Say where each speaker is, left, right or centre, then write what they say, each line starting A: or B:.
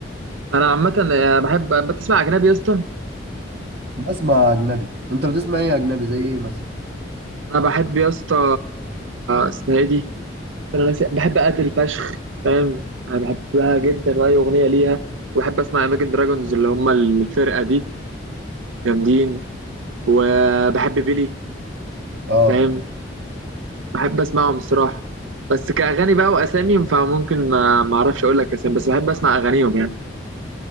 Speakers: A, on the right (about 85°); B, on the right (about 55°).
A: انا عامه آه، بحب بتسمع اجنبي يا اسطى
B: بسمع اجنبي انت بتسمع ايه اجنبي زي ايه مثلا
A: انا بحب يا اسطى اسمها ايه دي انا ناسي بحب ادل فشخ فاهم انا بحبها جدا واي اغنيه ليها وبحب اسمع اماجن دراجونز اللي هم الفرقه دي جامدين وبحب بيلي
B: اه
A: فاهم بحب اسمعهم الصراحه بس كاغاني بقى واسامي فممكن ما ما اعرفش اقول لك اسامي بس بحب اسمع اغانيهم يعني.